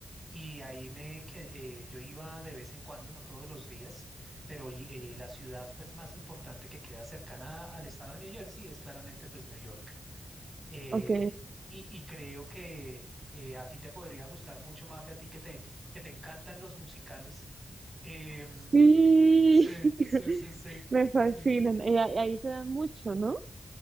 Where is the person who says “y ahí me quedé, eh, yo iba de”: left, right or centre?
Right